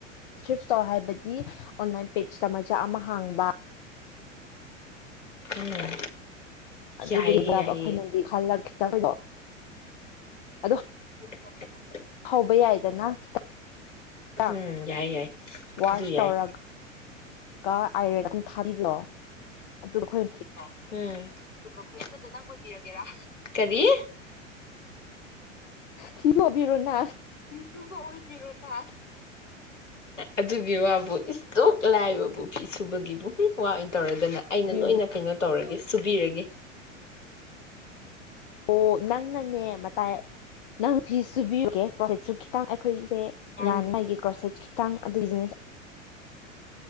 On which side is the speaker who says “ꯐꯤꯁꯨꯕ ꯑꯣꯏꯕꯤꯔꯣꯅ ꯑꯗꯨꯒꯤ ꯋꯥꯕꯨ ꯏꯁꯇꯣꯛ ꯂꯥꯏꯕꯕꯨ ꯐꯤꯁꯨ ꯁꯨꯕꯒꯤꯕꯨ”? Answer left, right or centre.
Left